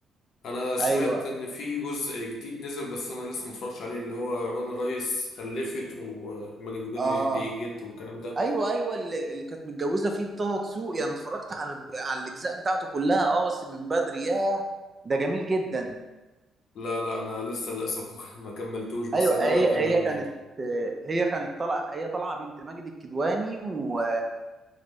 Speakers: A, on the left; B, on the right.
A: انا سمعت
B: ايوه
A: ان في جزء جديد نزل بس انا لسه متفرجش عليه اللي هو رنا رايس خلفت وماجد الكدواني
B: اه
A: بيجد والكلام ده
B: ايوه ايوه اللي, اللي كانت متجوزه فيه طه دسوقي انا اتفرجت على على الاجزاء بتاعته كلها اه بس من بدري يا ده جميل جدا
A: لا لا انا لسه للاسف <laughs> ما كملتوش بس
B: ايوه
A: انا ناوي
B: هي
A: اكمله
B: هي
A: النهارده
B: كانت هي كانت طالعه هي طالعه بنت ماجد الكدواني و